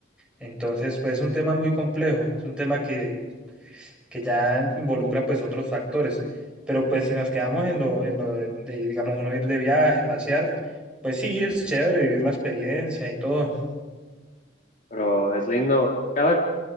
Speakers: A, in the centre; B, on the left.
A: Entonces, pues es un tema muy complejo, es un tema que que ya involucra pues otros factores. Pero pues si nos quedamos en lo, en lo de, de, digamos, uno ir de viaje, pasear, pues sí, es chévere vivir la experiencia y todo.
B: pero es lindo. Cada,